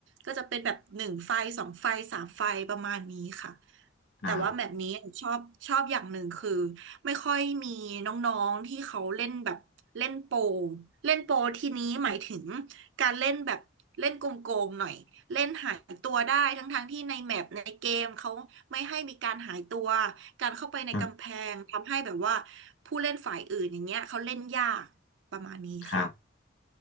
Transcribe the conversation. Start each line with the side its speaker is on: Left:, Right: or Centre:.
Right: ก็จะเป็นแบบหนึ่งไฟสองไฟสามไฟประมาณนี้ค่ะ
Left: ครับ
Right: แต่ว่าแบบนี้ชอบชอบอย่างหนึ่งคือไม่ค่อยมีน้องๆที่เขาเล่นแบบเล่นโปรเล่นโปรทีนี้หมายถึง การเล่นแบบเล่นโกงๆหน่อยเล่นหายตัวได้ทั้งๆที่ในแมปในเกมเขาไม่ให้มีการหายตัวการเข้าไปในกำแพงทำให้แบบว่า
Left: ครับ
Right: ผู้เล่นฝ่ายอื่นอย่างเงี้ยเขาเล่นยากประมาณนี้ค่ะ
Left: ครับ